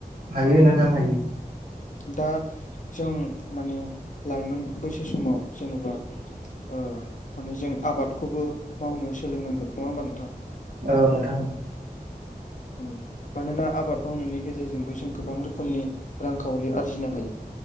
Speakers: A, on the right (about 65°); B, on the left (about 55°).
A: हायो नोंथां हायो।
B: दा जों माने लाइमोन बैसो समाव जेनेबा। ओ माने जों आबादखौबो मावनो सोलोंनांगोन नङा होमबा नोंथां।
A: औ नोंथां।
B: उम मानोना आबाद मावनायनि गेजेरजोंबो जों गोबां रोखोमनि। रांखावरि आरजिनो हायो